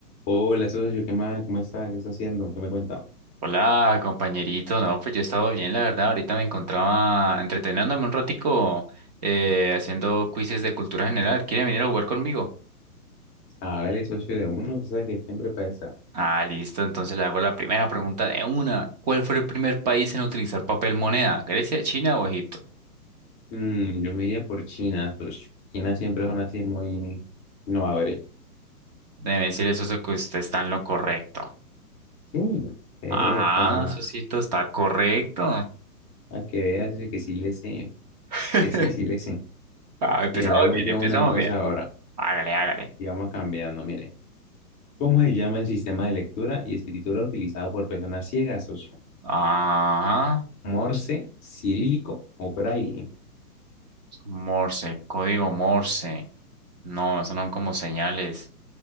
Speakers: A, on the left (about 15°); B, on the right (about 25°).
A: Hola, socio, ¿qué más? ¿Cómo está? ¿Qué está haciendo? ¿Qué me cuenta?
B: Hola, compañerito. No, pues yo he estado bien, la verdad. Ahorita me encontraba entreteniéndome un ratico eh, haciendo quizzes de cultura general. ¿Quiere venir a jugar conmigo?
A: Hágale, socio, de uno, usted sabe que siempre pasa.
B: Ah, listo. Entonces le hago la primera pregunta de una. ¿Cuál fue el primer país en utilizar papel moneda? ¿Grecia, China o Egipto?
A: Mm, yo me iría por China, socio. China siempre son así muy innovadores.
B: Debe decir eso eso que usted está en lo correcto.
A: Sí, epa,
B: Ajá, Susito, está correcto.
A: para que veas socio, que sí le sé,
B: <laughs>
A: sí le sé, sí le sé.
B: Ah, empezamos
A: Mire, le hago
B: bien,
A: yo
B: empezamos
A: uno entonces
B: bien.
A: ahora
B: Hágale, hágale.
A: y vamos cambiando, mire. ¿Cómo se llama el sistema de lectura y escritura utilizado por personas ciegas, socio?
B: Ajá.
A: ¿Morse, cirílico o braille?
B: Morse, código Morse. No, eso no son como señales.